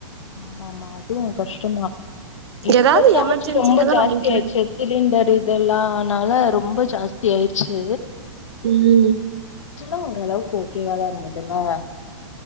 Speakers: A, on the left (about 85°); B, on the right (about 60°).
A: ஆமா ஆமா அதுவு கஷ்டம்மா இப்ப
B: ஏதாவது
A: சார்ஜ்
B: எமர்ஜென்சியா
A: ரொம்ப
B: தா
A: ஜாஸ்தி
B: வாங்கிக்குவே
A: ஆயிச்சி சிலிண்டர் இதெல்லானால ரொம்ப ஜாஸ்தி ஆயிர்ச்சி
B: ம்
A: சுலா ஓரளவுக்கு ஓகேவாதாதுல்ல